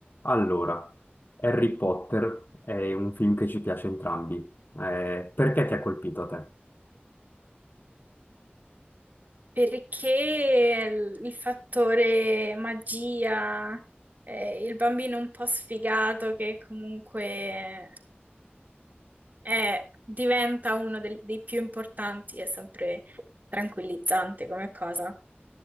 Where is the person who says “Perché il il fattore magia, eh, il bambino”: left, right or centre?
Right